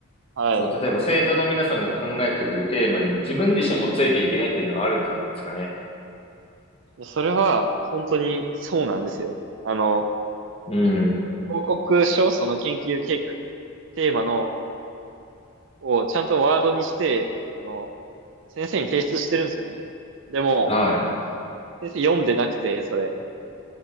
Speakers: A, on the right; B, on the left.
A: はい。
B: その例えば生徒の皆さんが考えてくるテーマに自分自身もついていけないっていうのがあるんじゃないですかね。
A: それは本当にそうなんですよ。あの、
B: うん。
A: 報告書、その研究計画、テーマの、をちゃんとワードにして、あの、先生に提出してるんですよね。でも、
B: は
A: 先生読んでなくて、それ。